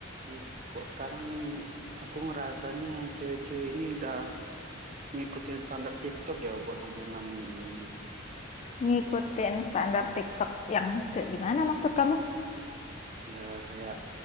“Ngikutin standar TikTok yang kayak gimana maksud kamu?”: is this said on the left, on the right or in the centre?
Left